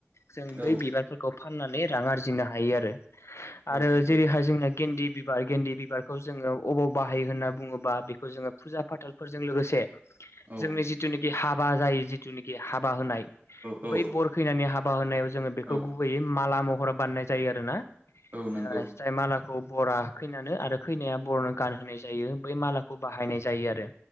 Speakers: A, on the left (about 70°); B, on the right (about 45°).
A: जों
B: औ
A: बै बिबारफोरखौ फाननानै रां आरजिनो हायो आरो। आरो
B: औ नंगौ
A: जेरैहाय जोंना गेन्दि बिबार गेन्दि बिबारखौ जोङो अबाव बाहायो होन्ना बुङोबा बेखौ जोङो फुजा फाथालफोरजों लोगोसे
B: औ
A: जोंनि जिथुनिखि हाबा जायो जिथुनिखि हाबा होनाय
B: औ
A: बै बर खैनानि हाब हाबा होनायाव जों बेखौ
B: औ
A: गुबैयै माला महराव बानायनाय जायो आरोना
B: औ नंगौ
A: जाय माला खौ बरा खैनानै आरो खैनाया बरनो गानहोनाय जायो बै मालाखौ बाहायनाय जायो आरो